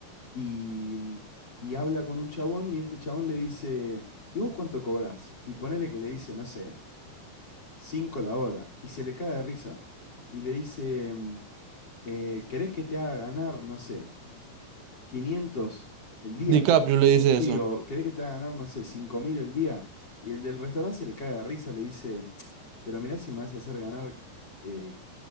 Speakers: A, on the left (about 30°); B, on the right (about 85°).
A: y, mm, y habla con un chabón y este chabón le dice, ¿y vos cuánto cobrás? Y ponele que le dice, no sé, 5 la hora. Y se le cae de risa. Y le dice, mm, eh, ¿querés que te haga ganar, no sé, 500 el día?
B: DiCaprio le
A: O,
B: dice
A: sí,
B: eso.
A: o ¿querés que te haga ganar, no sé, 5.000 el día? Y el del restaurante se le cae de risa, le dice, pero mirá si me vas a hacer ganar eh,